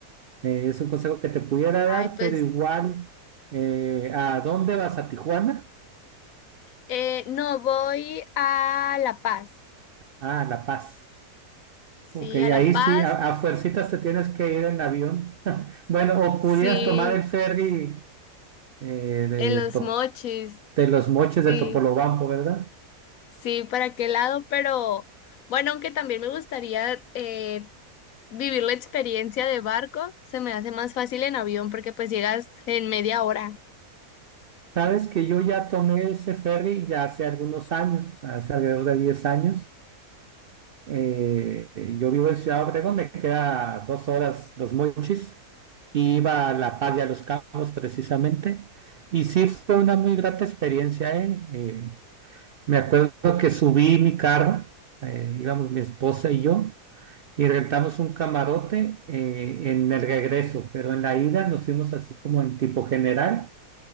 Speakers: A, on the right; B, on the left.
A: Eh, es un consejo que te pudiera
B: Ay,
A: dar,
B: pues
A: pero igual, eh, ¿a dónde vas? ¿A Tijuana?
B: eh, no, voy a La Paz.
A: Ah, a La Paz.
B: Sí,
A: Ok, ahí
B: a La Paz.
A: sí, a, a fuercitas te tienes que ir en avión. <laughs> Bueno, o
B: Sí,
A: pudieras tomar el ferry eh, de,
B: en los
A: Top-
B: mochis.
A: de Los Mochis
B: Sí,
A: de Topolobampo, ¿verdad?
B: sí, para qué lado, pero bueno, aunque también me gustaría eh, vivir la experiencia de barco se me hace más fácil en avión porque pues llegas en media hora.
A: Sabes que yo ya tomé ese ferry ya hace algunos años, hace alrededor de 10 años. Eh, eh, yo vivo en Ciudad Obregón, me queda dos horas, los mochis, y iba a La Paz y a Los Cabos precisamente. Y sí fue una muy grata experiencia, ¿eh? Eh, me acuerdo que subí mi carro, eh, íbamos mi esposa y yo, y rentamos un camarote eh, en el regreso, pero en la ida nos fuimos así como en tipo general